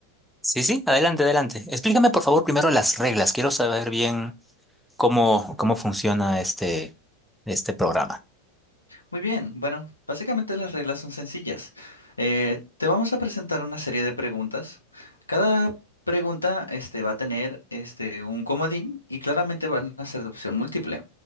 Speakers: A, in the centre; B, on the left.
A: Sí, sí, adelante, adelante. Explícame por favor primero las reglas. Quiero saber bien. cómo, cómo funciona este, este programa.
B: Muy bien, bueno, básicamente las reglas son sencillas. Eh, te vamos a presentar una serie de preguntas. Cada pregunta este, va a tener este, un comodín y claramente van a ser de opción múltiple.